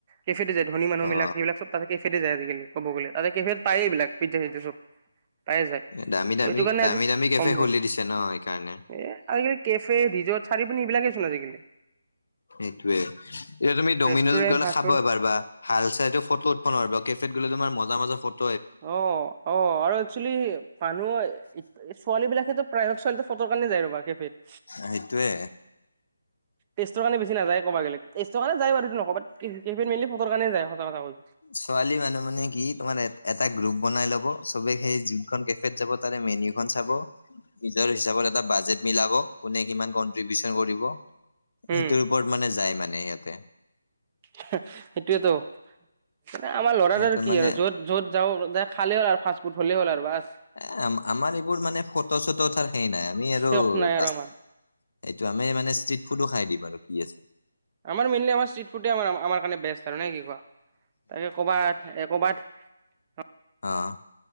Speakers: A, on the right (about 20°); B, on the left (about 65°).
A: কেফেতে যায় ধনী মানুহবিলাক
B: অ
A: সেইবিলাকব তাতে কেফেতে যায় অজি কালি ক'ব গলে তাতে কেফে পায়েই এইবিলাক পিজা চিজা চব। পায়ে যায়।
B: দামী
A: চ'
B: দামী
A: এইটো কাৰণে
B: দামী
A: আজি
B: দামী কেফে
A: কম
B: খুলি
A: যায়
B: দিছে ন সেইকাৰণে।
A: এ আজিকালি কেফে ৰিজৰ্ট চাৰিপিনী এইবিলাকেই চোন আজিকালি।
B: সেইটোয়ে এতিয়া তুমি ডমিন'জত
A: ৰেষ্টুৰেণ্ট
B: গ'লে
A: ফাষ্ট
B: খাব
A: ফুড
B: পাৰবা ভাল চাইটো ফটো উঠব নোৱাৰিবা কেফেত গলেটো মজা মজা ফট-
A: অ অ আৰু একচুৱেলি মানুহ ছোৱালী বিলাকেতো প্ৰায়ত ছোৱালী ফটো কাৰণে যাই ৰবা কেফেত।
B: সেইটোৱে।
A: তেষ্টতৰ কাৰণে বেছি নাযায় ক'ব গ'লেক তেস্তৰ কাৰণে যাই বাৰুটো নকওঁ বাট কেফিতমালি ফটো কাৰণে যায় সঁচা কথা ক'লে।
B: ছোৱালী মানুহ মানে কি তোমাৰ এট এট এটা গ্ৰুপ বনাই লব চবে সেই য কেফ যাব তাৰে মেনউ খন চাব। নিজৰ হিচাপত এটা বাজেট মিলাব কোনে কিমান কনট্ৰিবউচন কৰিব। সেইটোৰ
A: উম,
B: ওপৰত মানে যায় মানে সিহঁতে।
A: সেইটোৱেতো মানে আমাৰ ল'ৰাৰ
B: সিহঁতৰ
A: আৰু কি
B: মানে
A: আৰু য'ত য'ত যাওঁ তাতে- খালে হল আৰু ফাষ্টফুড হলেই হল আৰু বাষ্ট।
B: এ আমাৰ এইবোৰ মানে ফটো চটো তাৰ সেই নাই আমি আৰু
A: চখ নাই
B: দাছ
A: আৰু আমাৰ,
B: এইটো আমি মানে ষ্ট্ৰিট ফুডো খাই দিম আৰু কি আছ।
A: আমাৰ মেইনলি ষ্ট্ৰিট ফুডে আমাৰ কাৰে বেষ্ট আৰু নাই কি কোৱা। তাকে কবাত কবাত
B: আহ